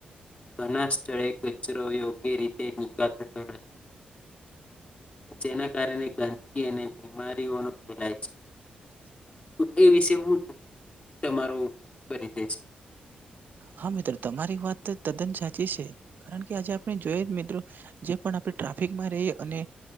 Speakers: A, on the left (about 35°); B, on the right (about 60°).
A: ઘણા સ્થળે કચરો યોગ્ય રીતે નિકાલ થયો નથી. જેના કારણે ગંદકી અને બીમારી ઓનો ફેલાય છે.
B: <inaudible>
A: તો એ વિશે હું <inaudible> તમારો પરિચય છે?
B: હા મિત્રો તમારી વાત તો તદ્દન સાચી છે. કારણ કે આજે આપણે જોઈએ મિત્રો જે પણ આપણે ટ્રાફિકમાં રહીએ અને